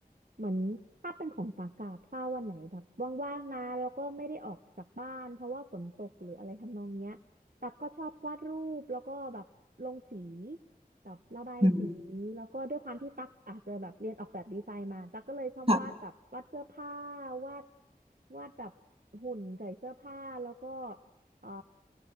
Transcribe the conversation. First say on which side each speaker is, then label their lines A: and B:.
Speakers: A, on the right; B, on the right.
A: เหมือนถ้าเป็นของปากกาถ้าวันไหนแบบว่างๆนะแล้วก็ไม่ได้ออกจากบ้านเพราะว่าฝนตกหรืออะไรทำนองเนี้ยตักก็ชอบวาดรูปแล้วก็แบบลงสีแบบระบายสี
B: อืม
A: แล้วก็ด้วยความที่ตักอาจจะแบบเรียนออกแบบดีไซน์มาตักก็เลยชอบวาดแบบวาดเสื้อผ้า
B: ค่ะ
A: วาดวาดแบบหุ่นใส่เสื้อผ้าแล้วก็ เอ่อ